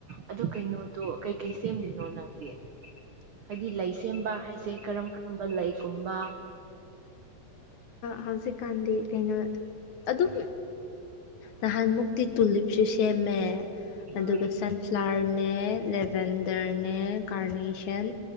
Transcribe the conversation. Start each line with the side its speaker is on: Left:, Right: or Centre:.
Right: ꯑꯗꯨ ꯀꯩꯅꯣꯗꯨ ꯀꯩ ꯀꯩ ꯁꯦꯝ꯭ꯔꯤꯅꯣ ꯅꯪꯗꯤ ꯍꯥꯏꯗꯤ ꯂꯩ ꯁꯦꯝꯦꯝꯕ ꯍꯥꯏꯁꯦ ꯀꯔꯝ ꯀꯔꯝꯕ ꯂꯩ ꯀꯨꯝꯝꯕ
Left: ꯍꯧꯖꯤꯛꯀꯥꯟꯗꯤ ꯀꯩꯅꯣ ꯑꯗꯨꯝ ꯅꯍꯥꯟꯃꯨꯛꯇꯤ ꯇꯨꯂꯤꯞ ꯁꯨ ꯁꯦꯝꯃꯦ ꯑꯗꯨꯒ
Right: ꯑꯥ
Left: ꯁꯟꯐ꯭ꯂꯥꯋꯔ ꯅꯦ ꯂꯦꯕꯦꯟꯗꯔ ꯅꯦ ꯀꯥꯔꯅꯦꯁꯟ